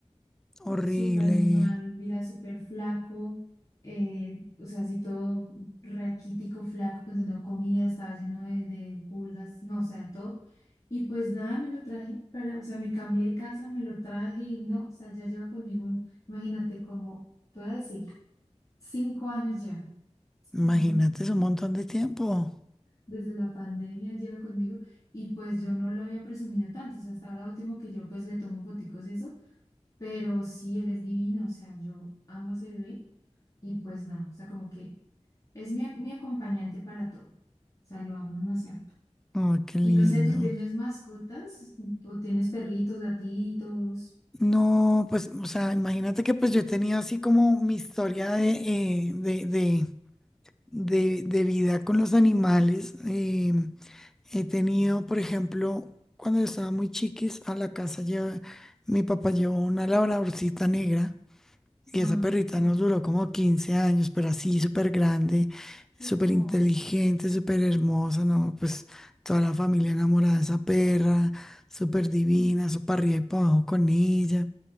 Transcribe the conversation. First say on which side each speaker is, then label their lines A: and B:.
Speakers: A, in the centre; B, on the left.
A: Horrible.
B: súper mal, mira, súper flaco, eh, o sea, así todo raquítico, flaco, pues no comía, estaba lleno de, de pulgas, no, o sea, de todo Y pues nada, me lo traje para, o sea, me cambié de casa, me lo traje y no, o sea, ya lleva conmigo un, imagínate como, te voy a decir, cinco años ya,
A: Imagínate,
B: <laughs>
A: es un montón de tiempo.
B: desde la pandemia lleva conmigo y pues yo no lo había presumido tanto, o sea, hasta ahora último que yo pues le tomo foticos y eso, pero sí, él es divino, o sea, yo amo a ese bebé y pues nada, o sea, como que es mi, a- mi acompañante para todo, o sea, lo amo demasiado.
A: Ay, qué lindo.
B: Y no sé, ¿tú tienes mascotas o tienes perritos, gatitos?
A: No, pues, o sea, imagínate que pues yo he tenido así como mi historia de, eh, de, de, de- de vida con los animales. eh, he tenido, por ejemplo, cuando yo estaba muy chiquis, a la casa lleva, mi papá llevó una labradorcita negra y
B: Ay,
A: esa perrita
B: bueno.
A: nos duró como 15 años, pero así súper grande,
B: Qué
A: súper
B: hermosa.
A: inteligente, súper hermosa, ¿no? Pues toda la familia enamorada de esa perra, súper divina, súper arriba y para abajo con ella.